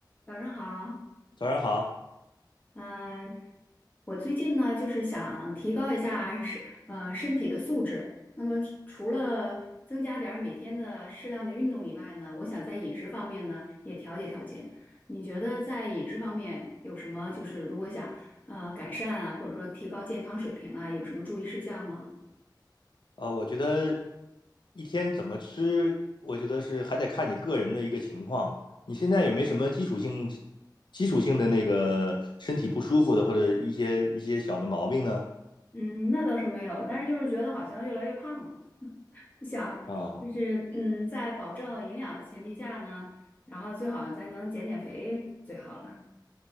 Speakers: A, on the left; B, on the left.
A: 早上好，
B: 早上好，
A: 嗯、我最近呢就是想提高一下身呃身体的素质。那么除了增加点儿每天的适量的运动以外呢，我想在饮食方面呢也调节调节。你觉得在饮食方面有什么就是如果想呃改善啊，或者说提高健康水平啊，有什么注意事项吗？
B: 呃，我觉得一天怎么吃，我觉得是还得看你个人的一个情况。你现在有没有什么基础性、基础性的那个身体不舒服的，或者一些一些小的毛病呢？
A: 嗯，那倒是没有，但是就是觉得好像越来越胖了。我想就是嗯，
B: 啊、
A: 在保证营养的前提下呢，然后最好咱能减减肥最好了。